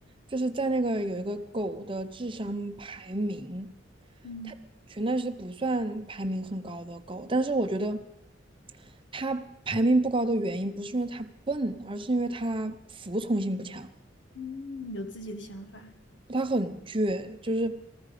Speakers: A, on the right; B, on the left.
A: 就是在那个有一个狗的智商排名，
B: 嗯
A: 它全那些不算排名很高的狗，但是我觉得它排名不高的原因不是因为它笨，而是因为它服从性不强，
B: 嗯，有自己的想法。
A: 它很倔，就是